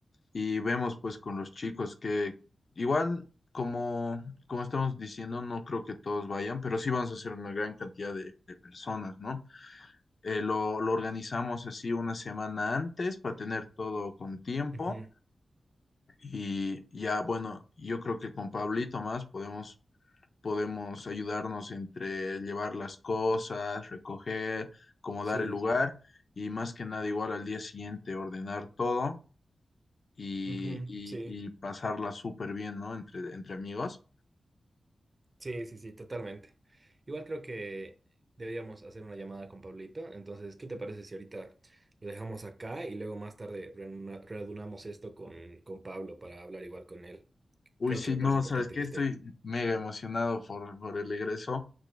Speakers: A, on the left; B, on the right.
A: Y vemos pues con los chicos que igual, como, como estamos diciendo, no creo que todos vayan, pero sí vamos a hacer una gran cantidad de, de personas, ¿no? Eh, lo, lo organizamos así una semana antes para tener todo con tiempo.
B: Ujú,
A: Y ya, bueno, yo creo que con Pablito más podemos podemos ayudarnos entre llevar las cosas, recoger, acomodar
B: Sí,
A: el lugar y más que nada igual al día siguiente ordenar todo y,
B: ujú,
A: y,
B: sí,
A: y pasarla súper bien, ¿no? Entre, entre amigos.
B: sí, sí, sí, totalmente. Igual creo que deberíamos hacer una llamada con Pablito. Entonces, ¿qué te parece si ahorita lo dejamos acá y luego más tarde reuna- reunamos esto con, con Pablo para hablar igual con él?
A: Uy,
B: Creo
A: sí,
B: que me
A: no,
B: parece importante
A: ¿sabes qué?
B: que
A: Estoy
B: esté.
A: mega emocionado por, por el regreso.